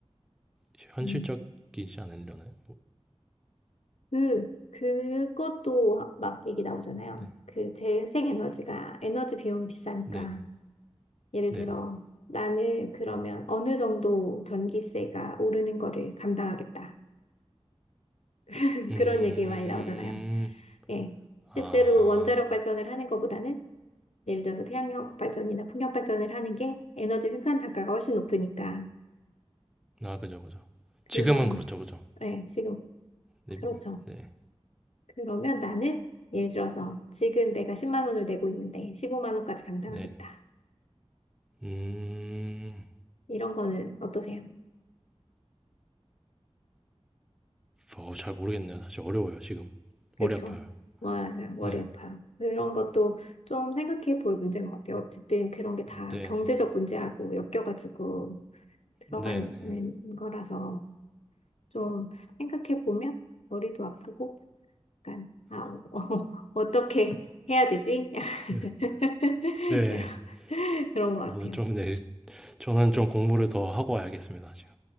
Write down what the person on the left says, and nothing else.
음.
그 그것도 막 얘기 나오잖아요.
그 재생에너지가 에너지 비용이 비싸니까
예를
들어
나는 그러면 어느 정도 전기세가 오르는 거를 감당하겠다. <laughs>
그런 얘기 많이 나오잖아요. 예.
실제로 원자력 발전을 하는 것보다는 예를 들어서 태양력 발전이나 풍력 발전을 하는 게 에너지 생산 단가가 훨씬 높으니까.
그럼,
네, 지금,
그렇죠.
그러면 나는 예를 들어서 지금 내가 10만 원을 내고 있는데 15만 원까지 감당하겠다.
이런 거는 어떠세요?
그렇죠.
맞아요. 머리
아파요. 그런 것도 좀 생각해 볼 문제인 것 같아요. 어쨌든 그런 게 다
경제적 문제하고 엮여가지고 들어가는
거라서 좀 생각해 보면 머리도 아프고 약간, 아, 어, 어, 떻게 해야 되지? <laughs>
이런, 그런 것 같아요.